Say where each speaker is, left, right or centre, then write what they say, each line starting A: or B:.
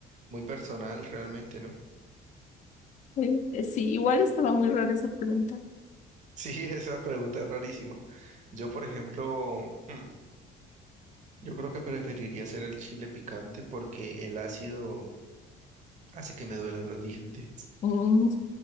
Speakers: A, on the right; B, on the left.
A: muy personal realmente, ¿no?
B: Eh, eh, sí, igual estaba muy rara esa pregunta.
A: Sí, <laughs> esa pregunta es rarísima. Yo, por ejemplo, hmm, yo creo que preferiría hacer el chile picante porque el ácido hace que me duelan los dientes.
B: Mm.